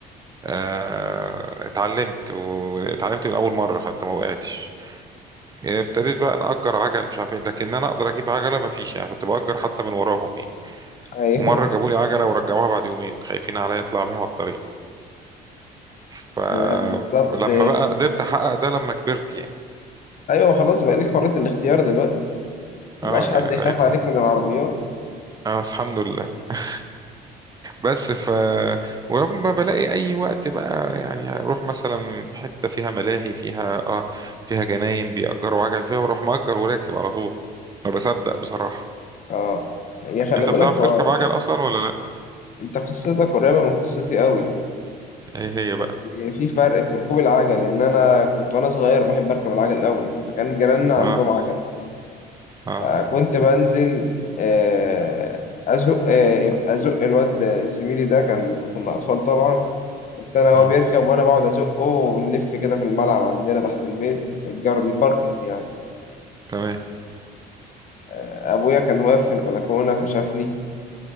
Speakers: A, on the right (about 25°); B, on the left (about 50°).
A: آه، اتعلمت واتعلمت من اول مره حتى ما وقعتش يعني ابتديت بقى نأجر عجل مش عارف ايه لكن انا اقدر اجيب عجله ما فيش يعني كنت بأجر حتى من وراهم يعني
B: ايوه
A: ومره جابوا لي عجله ورجعوها بعد يومين خايفين عليا اطلع بيها على الطريق فلما
B: <laughs> آه، بالظبط
A: بقى قدرت احقق ده لما كبرت يعني
B: ايوه خلاص بقى لك حرية الاختيار دلوقتي مبقاش
A: اه يعني
B: حد
A: ساعتها
B: يخاف عليك من العربيات
A: اه بس الحمد لله <laughs> بس ف ولما بلاقي اي وقت بقى يعني اروح مثلا حته فيها ملاهي فيها اه فيها جناين بيأجروا عجل فيها واروح مأجر وراكب على طول ما بصدق بصراحه
B: اه هي خلي
A: انت
B: بالك
A: بتعرف
B: هو
A: تركب عجل اصلا ولا لا
B: انت قصتك قريبة من قصتي قوي
A: ايه هي بقى
B: بس في فرق في ركوب العجل ان انا كنت وانا صغير بحب اركب العجل قوي فكان جيراننا عندهم
A: اه
B: عجله
A: اه
B: فكنت بنزل آه، ازق آه، ازق الواد زميلي ده كان كنا اطفال طبعا كنت انا
A: مم.
B: وهو بيركب وانا بقعد ازقه ونلف كده في الملعب عندنا تحت البيت الجار الباركينج يعني
A: تمام
B: آه، ابويا كان واقف في البلكونه فشافني